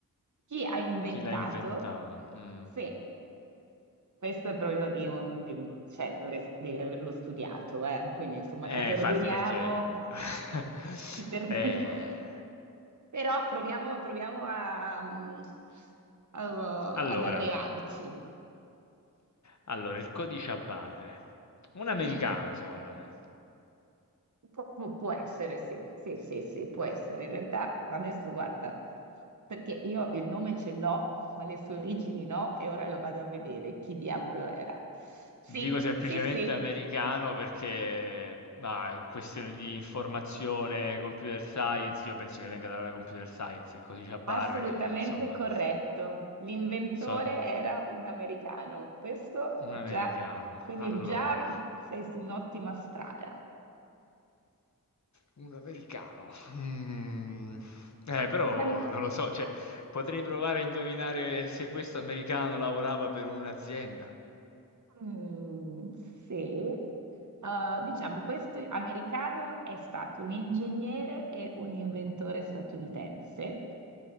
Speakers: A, on the right; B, on the left.
A: Chi ha inventato?
B: Chi l'ha inventata? Mm.
A: Sì, questo è proprio di, un- di un- cioè, dovresti- devi averlo studiato, eh. Quindi insomma
B: Eh,
A: ti perdoniamo,
B: infatti perché <laughs>
A: ti perdoniamo.
B: ehm,
A: Però proviamo, proviamo a, mm, a-
B: allora
A: ad arrivarci.
B: allora, il codice a barre. Un americano,
A: Mm.
B: secondo me.
A: Pu- pu- può essere, sì, sì, sì, sì, può essere. In realtà, adesso guarda, perché io il nome ce l'ho, ma le sue origini no, e ora lo vado a vedere chi diavolo era. Sì,
B: Dico semplicemente
A: sì, sì,
B: americano perché, ma è questione di informazione, computer science, io penso che venga dalla computer science il codice a barre,
A: assolutamente
B: e, insomma,
A: corretto. L'inventore
B: so-
A: era un americano. Questo
B: Un
A: già,
B: americano.
A: quindi
B: Allora,
A: già sei su un'ottima strada.
B: un americano. Mm. Eh, però
A: Una...
B: non lo so, cioè, potrei provare a indovinare se questo americano lavorava per un'azienda.
A: Mm, sì, Uh, diciamo, questo americano è stato un ingegnere e un inventore statunitense